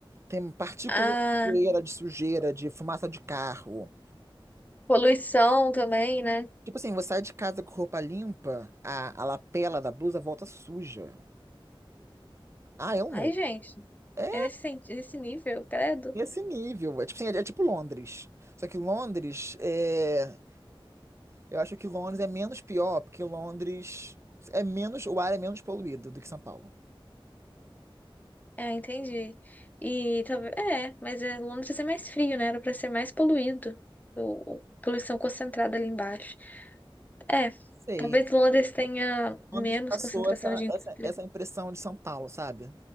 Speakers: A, on the right; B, on the left.
A: Tem partícula
B: Ah,
A: de poeira, de sujeira, de fumaça de carro.
B: poluição também, né?
A: Tipo assim, você sai de casa com roupa limpa, a, a lapela da blusa volta suja. Ah, é um
B: Ai,
A: nojo.
B: gente,
A: É
B: é nesse, sen- nesse nível, credo.
A: esse nível. É tipo assim, é, é tipo Londres. Só que Londres é. Eu acho que Londres é menos pior, porque Londres é menos. O ar é menos poluído do que São Paulo.
B: É, entendi. E talvez. É, mas é, Londres é mais frio, né? Era pra ser mais poluído. O, o- poluição concentrada ali embaixo. É,
A: Sei.
B: talvez Londres tenha
A: Londres
B: menos
A: passou
B: concentração
A: essa,
B: de indústria.
A: essa, essa impressão de São Paulo, sabe?